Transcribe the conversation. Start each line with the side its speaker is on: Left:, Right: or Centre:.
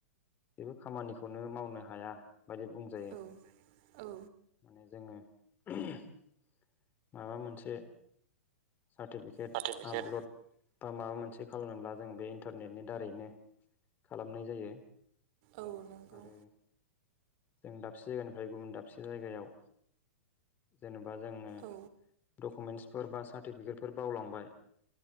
Left: जेबो खामानिखौनो मावनो हाया। बायदि बुंजायो
Right: औ औ
Left: माने जोङो <unintelligible> माबा मोनसे सार्टिफिकेट
Right: सार्टिफिकेट
Left: आपल'ड बा माबा मोनसे खालामनोब्ला जों बे इन्टारनेटनि दारैनो खालामनाय जायो
Right: औ नंगौ
Left: आरो जों दाबसे जायगानिफ्राय गुबुन दाबसे जायगायाव जेनेबा बा जोंङो
Right: औ
Left: दुकुमेनस सारटिफके बावलांबाय।